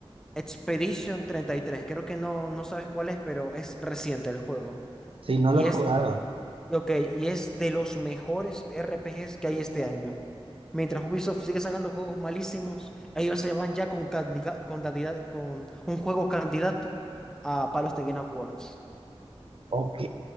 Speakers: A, in the centre; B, on the right (about 65°).
A: Expedition 33, creo que no, no sabes cuál es, pero es reciente el juego.
B: Sí, no
A: Y
B: lo he jugado.
A: es Y Ok, y es de los mejores RPGs que hay este año. Mientras Ubisoft sigue sacando juegos malísimos, ellos se van ya con, candida- con, candida- con un juego candidato a Palos de Game Awards.
B: Ok.